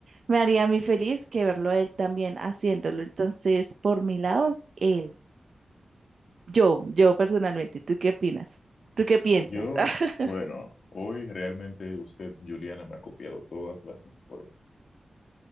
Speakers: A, on the right; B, on the left.
A: me haría a mí feliz que verlo a él también haciéndolo? Entonces, por mi lado, él, yo, yo personalmente, ¿tú qué opinas? ¿Tú qué piensas?
B: Yo,
A: <laughs>
B: bueno, hoy realmente usted, Juliana, me ha copiado todas las respuestas.